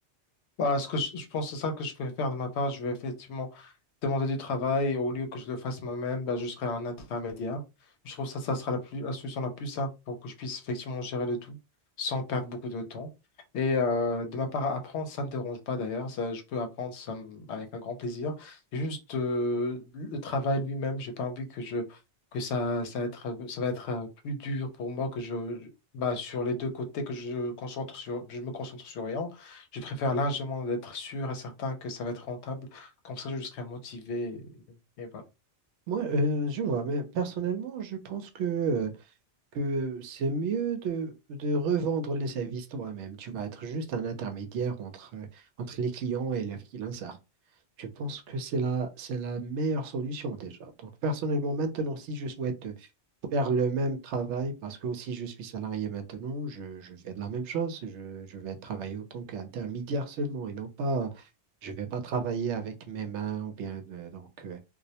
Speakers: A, on the left; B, on the right.
A: Voilà, ce que je, je pense, c'est ça que je peux faire de ma part. Je vais effectivement demander du travail au lieu que je le fasse moi-même, bah, je serai un intermédiaire. Je trouve ça, ça sera la plus, la solution la plus simple pour que je puisse effectivement gérer le tout sans perdre beaucoup de temps. Et euh, de ma part, apprendre, ça ne me dérange pas d'ailleurs. Ça, je peux apprendre ça me- avec un grand plaisir. Et juste euh, le travail lui-même, j'ai pas envie que je que ça, ça, va être, ça va être euh, plus dur pour moi que je- bah, sur les deux côtés que je concentre sur, je me concentre sur rien. Je préfère largement d'être sûr et certain que ça va être rentable comme ça, je serai motivé. Et, et voilà.
B: Moi, euh, je vois, mais personnellement, je pense que, euh, que c'est mieux de, de revendre les services toi-même. Tu vas être juste un intermédiaire entre, euh, entre les clients et les freelancers. Je pense que c'est la, c'est la meilleure solution déjà. Donc, personnellement, maintenant, si je souhaite faire le même travail, parce que aussi je suis salarié maintenant, je, je fais de la même chose, je, je vais travailler autant qu'intermédiaire seulement et non pas, je vais pas travailler avec mes mains ou bien euh, donc euh,